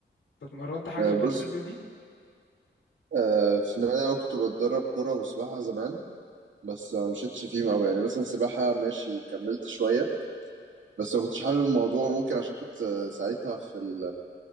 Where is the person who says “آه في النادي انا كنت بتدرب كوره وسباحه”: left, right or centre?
Right